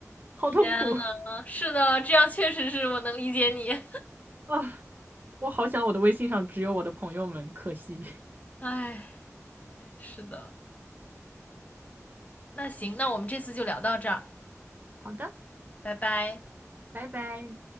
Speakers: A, on the right; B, on the left.
A: 好痛苦
B: 天呐，是的，这样确实是我能理解你。
A: 啊，我好想我的微信上只有我的朋友们，可惜。
B: 哎，是的。那行，那我们这次就聊到这儿，
A: 好的，
B: 拜拜。
A: 拜拜。